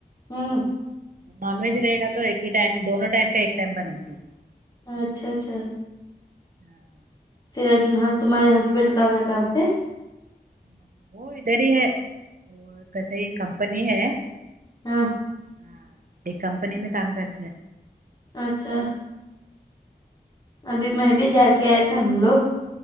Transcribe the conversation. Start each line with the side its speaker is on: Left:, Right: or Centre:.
Left: ہوں
Right: نان ویج رہے گا تو ایک ہی ٹائم دونوں ٹائم کا ایک ٹائم بناتی ہے
Left: اچھا اچھا
Right: ہاں
Left: پھر تمہارے ہسبینڈ کا گ کام پہ
Right: ہ وہ ادھر ہی ہے اور کیسے ہی کمپنی ہے
Left: ہاں
Right: ہاں ایک کمپنی میں کام کرتا ہے
Left: اچھا ابھی میں بھی جا کے آیا تھا ہم لوگ